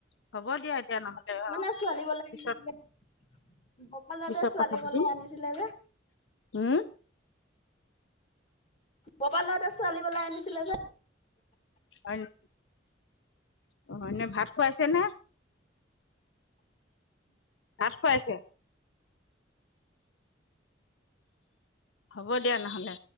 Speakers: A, on the left; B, on the left.
A: হ'ব দিয়া এতিয়া নহলে অ'
B: মানে ছোৱালী পলাই
A: পিছত
B: আনিছিলে গোপালৰ ল'ৰাটোৱে
A: পিছত
B: ছোৱালী
A: কথা পাতিম
B: পলাই আনিছিলে যে
A: উম
B: গপালৰ লৰাটোৱে ছোৱালী পলাই আনিছিলে যে
A: হয় নে অ হয়নে ভাত খুৱাইছে নে ভাত খুৱাইছে হ'ব দিয়া নহলে